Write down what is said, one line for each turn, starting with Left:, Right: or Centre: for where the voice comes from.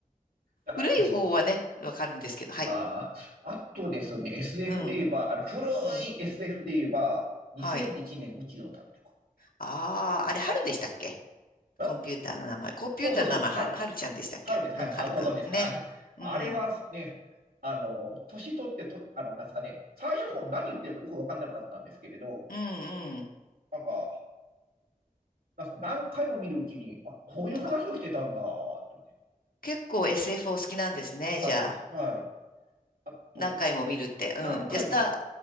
Right: なんか、
Left: 古い方はね、
Right: じ、
Left: わかるんですけど、はい。
Right: ああ、あとですね、SF
Left: うん。
Right: で言えば、あの、古い
Left: うん。
Right: SF で言えば、2001年宇宙の旅とか。
Left: はい。ああ、あれ、春でしたっけ
Right: あ、あ、
Left: コンピューターの名前。コンピューターの名前、
Right: そうそうそうそう、春、
Left: は、はるちゃんでしたっけうん、
Right: 春です。はい。
Left: はるくん。
Right: あ、ご存知ですかあれはね、
Left: ね。うん。
Right: あの、年取ってとる、あの、なんですかね、最初の方何言ってるかよくわかんなかったんですけれど、
Left: うん、うん。
Right: なんか、なんか、何回も見るうちに、あ、こういう話をしてたんだ、
Left: あ、
Right: と思って。
Left: 結構 SF お好きなんですね、
Right: はい、
Left: じゃあ。
Right: おすはい。あとです。
Left: 何回も見るって。うん。
Right: 何回も見るんですよ。
Left: じゃあ、スタ